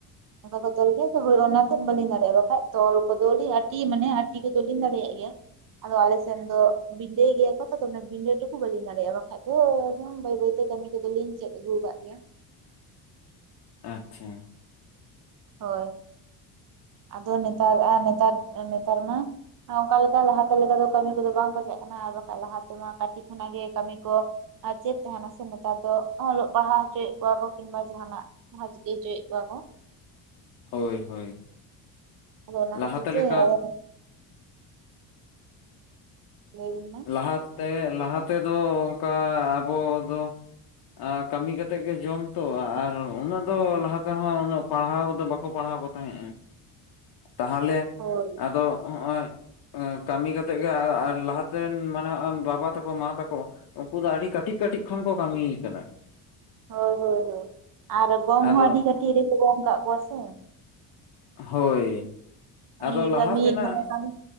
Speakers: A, on the right; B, on the left.
A: ᱚᱱᱠᱟ ᱠᱚ ᱛᱚᱞ ᱜᱮᱭᱟ ᱛᱚ, ᱦᱳᱭ ᱚᱱᱟᱛᱮᱫ ᱵᱟᱹᱞᱤᱧ ᱫᱟᱲᱮᱭᱟᱜᱼᱟ, ᱵᱟᱠᱷᱟᱡ ᱛᱚᱞ ᱠᱚᱫᱚᱞᱤᱧ ᱟᱴᱤ ᱢᱟᱱᱮ ᱟᱴᱤ ᱠᱚᱫᱚᱞᱤᱧ ᱫᱟᱲᱮᱭᱟᱜ ᱜᱮᱭᱟ᱾ ᱟᱫᱚ ᱟᱞᱮᱥᱮᱱ ᱫᱚ ᱵᱤᱰᱟᱹᱭ ᱜᱮᱭᱟ ᱠᱚ ᱛᱚ ᱚᱱ ᱵᱤᱰᱟᱹ ᱴᱩᱠᱩ ᱵᱟᱞᱤᱧ ᱫᱟᱲᱮᱭᱟᱜᱼᱟ, ᱵᱟᱠᱷᱟᱡ ᱫᱚ ᱵᱟᱹᱭ ᱵᱟᱹᱭᱛᱮ ᱠᱟᱹᱢᱤ ᱠᱚᱫᱚᱞᱤᱧ ᱪᱮᱫ ᱟᱹᱜᱩ ᱟᱠᱟᱫ ᱜᱮᱭᱟ᱾
B: ᱟᱪᱪᱷᱟ᱾
A: ᱦᱳᱭ ᱟᱫᱚ ᱱᱮᱛᱟᱨ ᱟᱨ ᱱᱮᱛᱟᱨ ᱱᱮᱛᱟᱨ ᱢᱟ ᱚᱱᱠᱟ ᱞᱮᱠᱟ ᱞᱟᱦᱟᱛᱮ ᱞᱮᱠᱟ ᱫᱚ ᱠᱟᱹᱢᱤ ᱠᱚᱫᱚ ᱵᱟᱝ ᱠᱷᱚᱡᱟᱜ ᱠᱟᱱᱟ ᱟᱨ ᱵᱟᱠᱟᱱ ᱞᱟᱦᱟ ᱛᱮᱢᱟ ᱠᱟᱹᱴᱤᱡ ᱠᱷᱚᱱᱟᱜ ᱜᱮ ᱠᱟᱢᱤ ᱠᱚ ᱟᱨ ᱪᱮᱫ ᱛᱟᱦᱮᱱᱟ ᱥᱮ ᱱᱮᱛᱟᱨ ᱫᱚ ᱚᱞᱚᱜ ᱯᱟᱲᱦᱟᱣ ᱦᱚᱪᱚᱭᱮᱫ ᱠᱚᱣᱟ ᱠᱚ ᱠᱤᱝᱵᱟ ᱡᱟᱦᱟᱱᱟᱜ᱾ ᱡᱟᱦᱟᱸ ᱪᱤᱠᱟᱹ ᱦᱚᱪᱚᱭᱮᱫ ᱠᱚᱣᱟ ᱠᱚ᱾
B: ᱦᱳᱭ ᱦᱳᱭ᱾
A: ᱟᱫᱚ ᱚᱱᱟ
B: ᱞᱟᱦᱟᱛᱮ
A: ᱠᱷᱟᱹᱛᱤᱨ ᱛᱮ
B: ᱞᱮᱠᱟ
A: ᱟᱫᱚ ᱞᱟᱹᱭ ᱵᱤᱱ ᱢᱟ᱾
B: ᱞᱟᱦᱟᱛᱮ ᱞᱟᱦᱟ ᱛᱮᱫᱚ ᱚᱝᱠᱟ ᱟᱵᱚ ᱫᱚ ᱟ ᱠᱟᱹᱢᱤ ᱠᱟᱛᱮᱫ ᱜᱮ ᱡᱚᱢ ᱛᱚ ᱟᱨ ᱩᱱᱟᱹᱜ ᱫᱚ ᱞᱟᱦᱟ ᱛᱮᱦᱚᱸ ᱩᱱᱟᱹᱜ ᱯᱟᱲᱦᱟᱣ ᱠᱚᱫᱚ ᱵᱟᱠᱚ ᱯᱟᱲᱦᱟᱣ ᱠᱚ ᱛᱟᱦᱮᱸᱜ ᱮ ᱛᱟᱦᱟᱞᱮ
A: ᱦᱳᱭ
B: ᱟᱫᱚ ᱦᱚᱸᱜᱼᱚᱭ ᱠᱟᱹᱢᱤ ᱠᱟᱛᱮ ᱜᱮ ᱟᱨ ᱞᱟᱦᱟᱛᱮ ᱨᱮᱱ ᱢᱟᱱᱮ ᱦᱚᱜᱼᱚᱭ ᱵᱟᱵᱟ ᱛᱟᱠᱚ ᱢᱟ ᱛᱟᱠᱚ ᱩᱱᱠᱩ ᱫᱚ ᱟᱹᱰᱤ ᱠᱟᱹᱴᱤᱡ ᱠᱟᱹᱴᱤᱡ ᱠᱷᱚᱱ ᱠᱚ ᱠᱟᱹᱢᱤᱣ ᱠᱟᱫᱟ᱾
A: ᱦᱳᱭ ᱦᱳᱭ ᱦᱳᱭ, ᱟᱨ ᱜᱚᱝ
B: ᱟᱫᱚ
A: ᱦᱚᱸ ᱟᱹᱰᱤ ᱠᱟᱹᱴᱤᱡ ᱨᱮᱠᱚᱮ ᱜᱚᱝ ᱠᱟᱜ ᱠᱚᱣᱟ ᱥᱮ᱾
B: ᱦᱳᱭ᱾
A: ᱠᱟᱹᱢᱤ
B: ᱟᱫᱚ ᱞᱟᱦᱟ
A: ᱠᱟᱹᱢᱤ
B: ᱛᱮᱱᱟᱜ
A: ᱢᱟᱱᱮ ᱠᱟᱹᱢᱤ